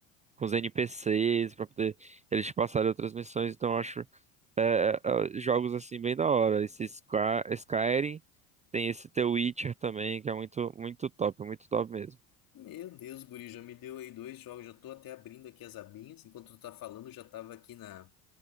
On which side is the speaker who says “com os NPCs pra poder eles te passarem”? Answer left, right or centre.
Right